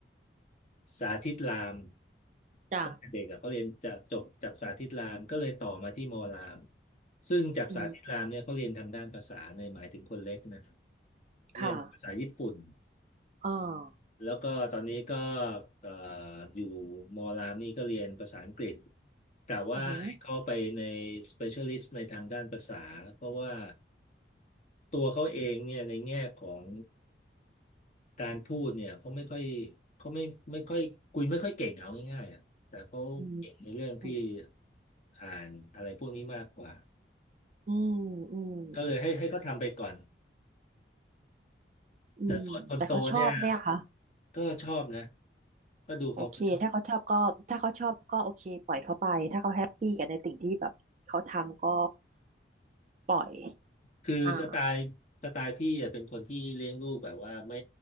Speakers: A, on the left (about 40°); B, on the right (about 40°).
A: สาธิตราม
B: จ้า
A: ตั้งแต่เด็กอ่ะเขาเรียนจากจบจากสาธิตรามก็เลยต่อมาที่มอรามซึ่งจากสาธิตรามเนี่ยเขาเรียนทางด้านภาษาในยหมายถึงคนเล็กนะ
B: อืมค่ะ
A: เรียนภาษาญี่ปุ่น
B: อ่า
A: แล้วก็ตอนนี้ก็เอ่ออยู่มอรามนี่ก็เรียนภาษาอังกฤษแต่ว่าให้เข้าไปใน
B: อือหือ
A: specialist ในทางด้านภาษาเพราะว่าตัวเขาเองเนี่ยในแง่ของการพูดเนี่ยเขาไม่ค่อยเขาไม่ไม่ค่อยคุยไม่ค่อยเก่งเอาง่ายๆอ่ะแต่เขาเก่งในเรื่องที่
B: อืมอืม
A: อ่านอะไรพวกนี้มากกว่า
B: อืม อืม
A: ก็เลยให้ให้เขาทำไปก่อน
B: อืม
A: แต่ส่วนคนโตเนี่ย
B: แต่เขาชอบไหมอะคะ
A: ก็ชอบนะก็ดูเขาก็ชอบ
B: โอเคถ้าเขาชอบก็ถ้าเขาชอบก็โอเคปล่อยเขาไป ถ้าเขาแฮปปี้กับในสิ่งที่แบบเขาทำก็ปล่อย
A: คือสไตล์สไตล์พี่อะเป็นคนที่เลี้ยงลูกแบบว่าไม่
B: อ่า